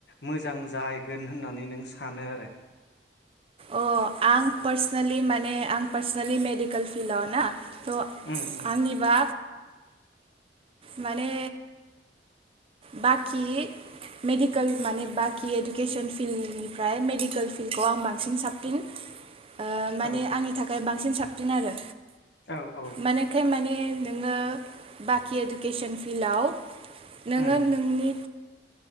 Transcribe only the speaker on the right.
अ आं पार्सनेलि माने आं पार्सनेलि मेडिकेल फिल्डआव ना। थ'
आंनि बा माने बाखि मेडिकेल माने बाखि इडुकेसन फिल्डनिफ्राय मेडिकेल फिल्डखौ आं बांसिन साबसिन। ओ माने
आंनि थाखाय बां सिन साबसिन आरो
माने खाय माने नोङो बाखि एडुकेसन फिल्डाव नोङो
नोंनि